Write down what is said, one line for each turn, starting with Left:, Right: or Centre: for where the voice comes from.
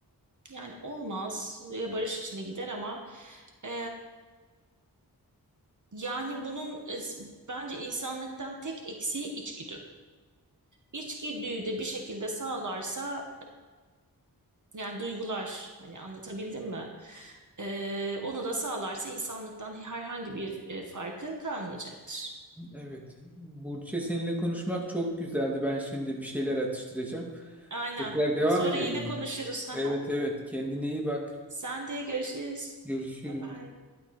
Right: yani olmaz ve barış içinde gider ama e, yani bunun e, s- bence insanlıktan tek eksiği içgüdü. İçgüdüyü de bir şekilde sağlarsa yani duygular hani anlatabildim mi? Ee, onu da sağlarsa insanlıktan herhangi bir e, farkı kalmayacaktır.
Centre: Evet. Burçe seninle konuşmak çok güzeldi. Ben şimdi bir şeyler atıştıracağım.
Right: Aynen.
Centre: Tekrar devam
Right: Sonra
Centre: edelim.
Right: yine konuşuruz. <laughs> Aha.
Centre: Evet evet. Kendine iyi bak.
Right: Sen de görüşürüz.
Centre: Görüşürüz.
Right: Bye bye.